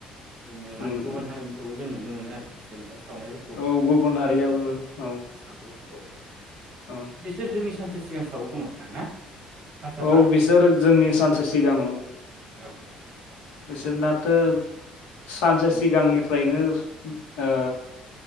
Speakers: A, on the right; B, on the left.
A: जोङो माने
B: उम
A: गुबुन हारिनिखौबो जों नुनो मोनो आरो। जेनेबा सावनायफोरखौ
B: औ गुबुन हारियाबो
A: औ
B: औ।
A: सावो औ
B: औ
A: बिसोर जोंनि सानसे सिगां सावो खोमा नोंथां ना? हारसाफोरा
B: औ बिसोर जोंनि सानसे सिगां औ
A: औ नोंथां
B: बिसोरनाथ
A: औ
B: सानसे
A: उम
B: सिगांनिफ्रायनो <inaudible> ओ